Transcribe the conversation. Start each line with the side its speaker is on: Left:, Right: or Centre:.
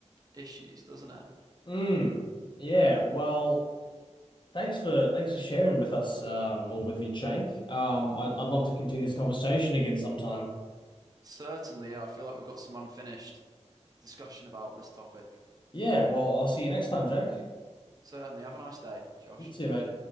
Right: issues, doesn't it?
Left: Mm. Yeah. Well, thanks for thanks for sharing with us, um, or with me, Jake. Um, I'd I'd love to continue this conversation again sometime.
Right: Certainly, yeah, I feel like we've got some unfinished discussion about this topic.
Left: Yeah. Well, I'll see you next time, Jack.
Right: Certainly. Have a nice day, Josh.
Left: You too, mate.